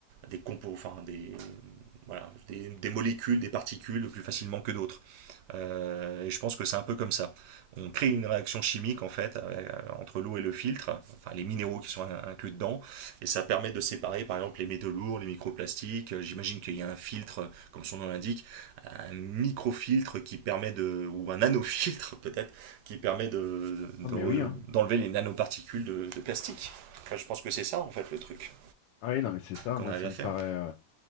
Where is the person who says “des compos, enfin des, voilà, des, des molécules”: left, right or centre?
Right